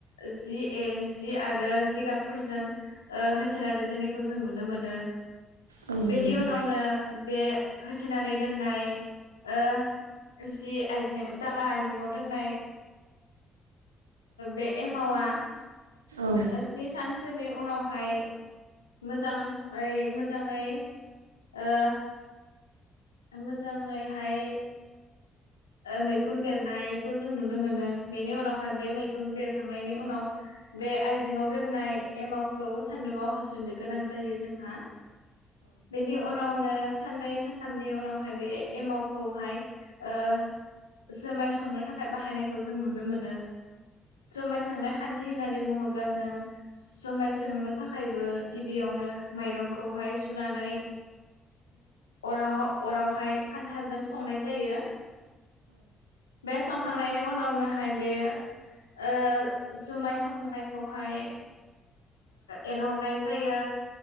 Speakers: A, on the left; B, on the right.
A: जि ए जि आरो जिगाबफोरजों होथेनानै दोननायखौ जों नुनो मोनो।
B: औ नोंथां
A: बेनि उनावनो बे होथिनानै दोननाय ओ जि आइजें दाला आइजें आव दोननाय बे एमावा
B: औ नंगौ औ नोंथां औ नोंथां औ
A: स्नि सान बिसोरनि उनावहाय मोजाङै-मोजाङै ओ मोजाङैहाय मैखुन बेरनायखौ जों नुनो मोनो। बेनि उनावहाय बे मैखुन बेरखांनायनि उनाव बे आइजेंआव दोननाय एमावखौ सान्दुङाव होस्रोननो गोनां जायो जोंहा बेनि अना साननै सान साथामनि उनावहाय बे एमावखौहाय ओ जोमाय संनो थाखाय बाहायनायखौ जों नुनो मोनो। जुमाय संनाय खान्थि होननानै बुङोब्ला जों जुमाय संनो थाखायबो गिबियावनो माइरंखौहाय सुनानै अर अरावहाय खान्थाजों संनाय जायो। बे संखांनायनि उनावनोहाय बे ओ जुमाय संनायखौहाय एरननाय जायो